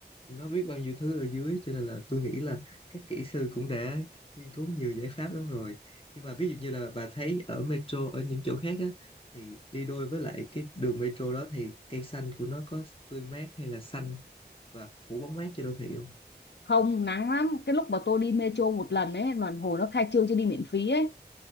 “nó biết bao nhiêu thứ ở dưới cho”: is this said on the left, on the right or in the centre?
Left